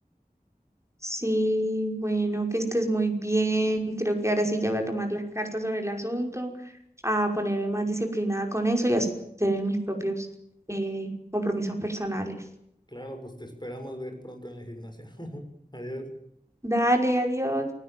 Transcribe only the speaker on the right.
Sí, bueno, que estés muy bien. Creo que ahora sí ya voy a tomar las cartas sobre el asunto, a ponerme más disciplinada con eso y a hacer mis propios eh, compromisos personales.
Dale, adiós.